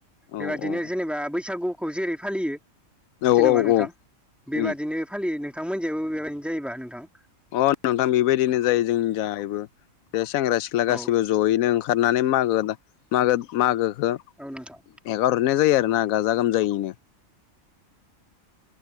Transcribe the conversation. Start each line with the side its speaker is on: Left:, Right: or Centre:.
Left: औ
Centre: बेबायदिनो
Left: औ औ
Centre: जेनेबा बैसागुखौ जेरै फालियो।
Left: औ
Centre: जेनेबा
Left: औ
Centre: नोंथां बेबादिनो
Left: औ
Centre: फालियो। नोंथां मोननिजायबो बेबादिनो जायोबा नोंथां?
Left: अ नोंथां बिबायदिनो जायो जोंनिजायबो बे सेंग्रा सिख्ला
Centre: औ
Left: गासैबो ज'यैनो ओं खारनानै मागो दा मागो मागोखो
Centre: औ नोंथां।
Left: एगार हरनाय जायो आरोना गाजा गोमजायैनो।